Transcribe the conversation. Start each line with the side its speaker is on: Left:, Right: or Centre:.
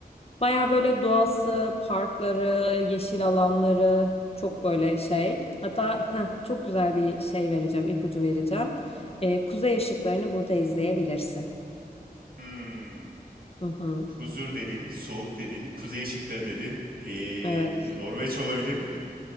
Left: Bayağı böyle doğası, parkları, yeşil alanları çok böyle şey. Hatta heh, çok güzel bir şey vereceğim, ipucu vereceğim. E, kuzey ışıklarını burada izleyebilirsin.
Right: Hmm.
Left: Hı hı.
Right: Huzur dedin, soğuk dedin, kuzey ışıkları dedin. Ee,
Left: Evet.
Right: Norveç olabilir mi?